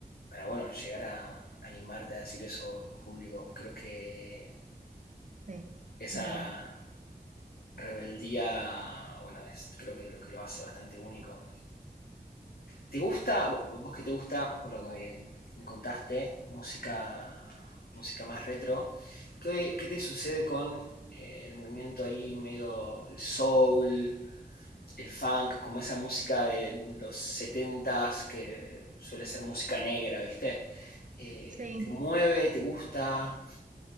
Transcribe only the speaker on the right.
Sí,
es verdad.
Sí,